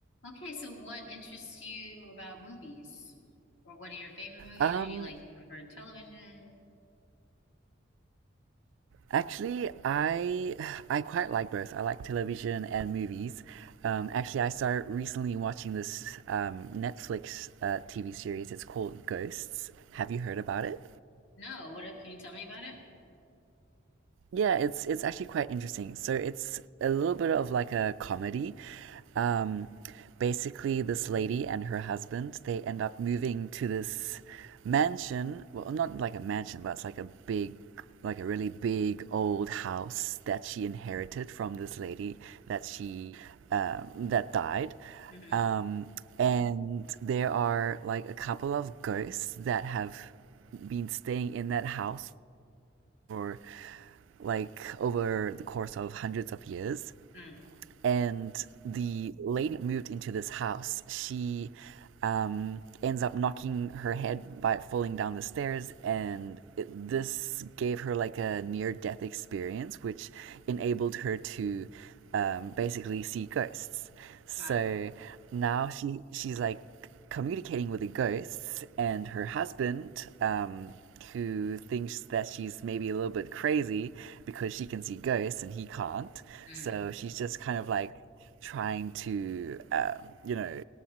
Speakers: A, on the left; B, on the right.
A: Okay, so what interests you about movies? Or what are your favorite movies?
B: Um,
A: Or do you like prefer television?
B: actually, I <sighs> I quite like both. I like television and movies. Um, actually, I started recently watching this um, Netflix uh, TV series. It's called Ghosts. Have you heard about it?
A: No, what are, can you tell me about it?
B: yeah, it's it's actually quite interesting. So it's a little bit of like a comedy. Um, basically, this lady and her husband they end up moving to this mansion. Well, not like a mansion, but it's like a big, like a really big old house that she inherited from this lady that she um, that died.
A: Mm-hmm.
B: Um, and there are like a couple of ghosts that have been staying in that house for like over the course of hundreds of years.
A: Mm.
B: And the lady moved into this house. She um, ends up knocking her head by falling down the stairs, and it, this gave her like a near death experience, which enabled her to um, basically see ghosts. So
A: Wow.
B: now she she's like communicating with the ghosts and her husband, um, who thinks that she's maybe a little bit crazy because she can see ghosts and he can't.
A: Mm-hmm.
B: So she's just kind of like trying to um, you know